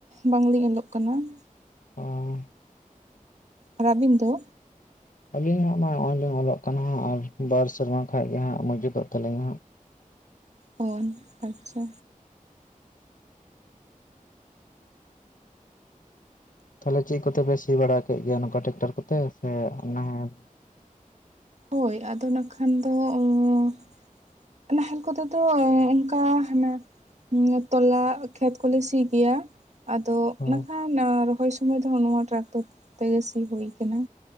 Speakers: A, on the right (about 55°); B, on the left (about 70°).
A: ᱵᱟᱝᱞᱤᱧ ᱚᱞᱚᱜ ᱠᱟᱱᱟ ᱾
B: ᱚ᱾
A: ᱟᱨ ᱟᱹᱵᱤᱱ ᱫᱚ?
B: ᱟᱹᱞᱤᱧ ᱦᱟᱜ ᱢᱟᱜᱼᱚᱭ ᱞᱤᱧ ᱚᱞᱚᱜ ᱠᱟᱱᱟ ᱦᱟᱸᱜ ᱟᱨ ᱵᱟᱨ ᱥᱮᱨᱢᱟ ᱠᱷᱟᱡ ᱜᱮ ᱦᱟᱸᱜ ᱢᱩᱪᱟᱹᱛᱚᱜ ᱛᱟᱹᱞᱤᱧ ᱦᱟᱸᱜ᱾
A: ᱚ ᱟᱪᱷᱟ᱾
B: ᱛᱟᱦᱚᱞᱮ ᱪᱮᱫ ᱠᱚᱛᱮᱯᱮ ᱥᱤ ᱵᱟᱲᱟ ᱠᱮᱫ ᱜᱮᱭᱟ ᱱᱚᱝᱠᱟ ᱴᱨᱮᱠᱴᱟᱨ ᱠᱚᱛᱮ ᱥᱮ ᱱᱟᱦᱮᱞ?
A: ᱦᱳᱭ ᱟᱫᱚ ᱱᱟᱠᱷᱟᱱ ᱫᱚᱸ᱾ ᱱᱟᱦᱮᱞ ᱠᱚᱛᱮ ᱫᱚ ᱚᱱᱠᱟ ᱦᱟᱱᱟ ᱱᱤᱭᱟᱹ ᱛᱚᱞᱟ ᱠᱷᱮᱛ ᱠᱚᱞᱮ ᱥᱤ ᱜᱮᱭᱟ᱾ ᱟᱫᱚ
B: ᱠᱚ
A: ᱱᱟᱠᱷᱟᱱ ᱨᱚᱦᱚᱭ ᱥᱩᱢᱚᱭ ᱫᱚ ᱱᱚᱣᱟ ᱴᱨᱟᱠᱴᱚᱨ ᱛᱮᱜᱮ ᱥᱤ ᱦᱩᱭ ᱟᱠᱟᱱᱟ᱾